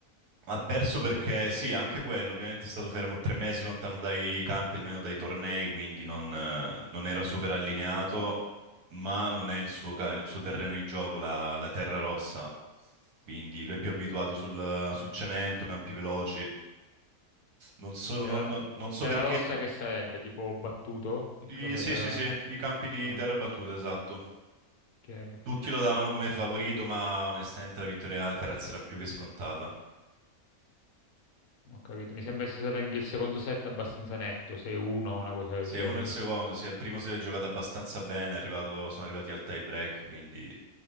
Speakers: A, on the right; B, on the left.
A: Ha perso perché sì, anche quello, ovviamente è stato fermo tre mesi lontano dai campi, almeno dai tornei, quindi non, eh, non era super allineato, ma non è il suo, ca- il suo terreno di gioco, la, la terra rossa, quindi lui è più abituato sul, sul cemento, campi veloci. Non so,
B: Terra,
A: non- non- non so
B: terra
A: perché...
B: rossa che sarebbe? Tipo battuto? Che
A: I-
B: cos'è
A: sì,
B: terra?
A: sì, sì, i campi di
B: Ah,
A: terra battuta, esatto.
B: ok, ok.
A: Tutti lo davano come favorito, ma onestamente la vittoria di Alcaraz era più che scontata.
B: Ho capito. Mi sembra sia stato anche il secondo set abbastanza netto, 6-1 o una cosa del
A: sia
B: genere.
A: uno il secondo, sia il primo si è giocato abbastanza bene, è arrivato- sono arrivati al tie break, quindi...